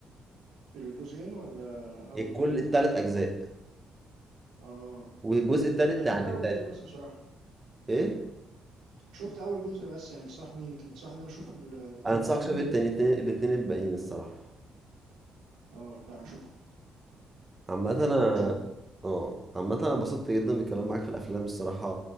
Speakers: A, on the right; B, on the right.
A: الجزئين ولا أول
B: الكل
A: جزء؟
B: الثلاث اجزاء
A: اه
B: والجزء الثالث
A: أنا
B: يعني
A: شفت أول
B: تا...
A: جزء بس بصراحة
B: ايه
A: شفت أول جزء بس يعني تنصحني تنصحني إن أنا أشوف ال- الاتنين
B: انا انصحك
A: التانيين
B: تشوف التاني الاتنين الاتنين الباقيين الصراحه
A: اه لا هشوفهم
B: عامة
A: هشوفهم
B: انا
A: إن شاء الله
B: اه عامة انا انبسطت جدا بالكلام معاك في الافلام الصراحة